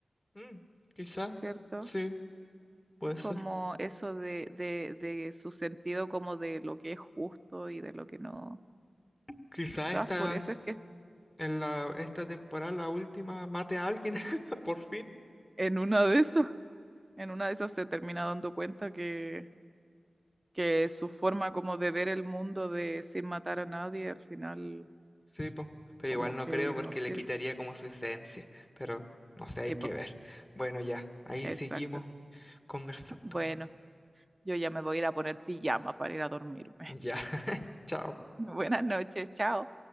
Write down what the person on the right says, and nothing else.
¿cierto?
Como eso de, de, de su sentido como de lo que es justo y de lo que no.
Quizás
por eso es que
en una de esas, en una de esas se termina dando cuenta que, que su forma como de ver el mundo de sin matar a nadie al final
como
que
no sirve.
Sí,
po,
exacto.
Bueno, yo ya me voy a ir a poner pijama para ir a dormirme.
Buenas noches, chao.